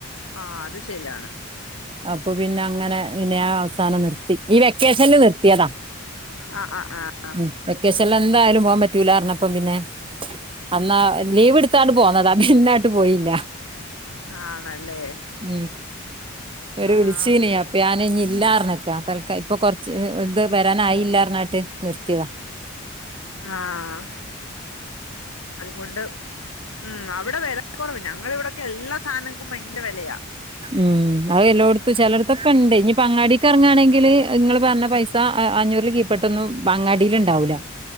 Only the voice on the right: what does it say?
അപ്പൊ പിന്നെ അങ്ങനെ ഇന്നെ അവസാനം നിർത്തി ഈ വെക്കേഷനിൽ നിർത്തിയതാ
ഉം വെക്കേഷൻ ല് എന്തായാലും പോകാൻ പറ്റൂല റ്ഞ്ഞപ്പം പിന്നെ അന്നാ ലീവ് ഇട്ത്തങ്ങാ ണ്ട് പോന്നതാ പിന്നെ ആട്ട് പോയില്ല
ഉം ഒരു
വിളിച്ചീനിയാ പ്യാന ഇല്ലാർഞ്ഞക്ക തൽക്ക ഇപ്പൊ കുറച്ച് ഇത് വരാനായില്ലാറ്ഞ്ഞട്ട് നിർത്തിയതാ
ഉം അഎല്ലോട് ത്തു ചെലോട്തൊ കൊണ്ട് ഇനി അങ്ങാടിക്ക് അറങ്ങാണെങ്കില് നിങ്ങള് പറഞ്ഞ പൈസ അഞ്ഞൂറിൽ കീപ്പെട്ടൊന്നും അങ്ങാടിൽ ഇണ്ടാവൂല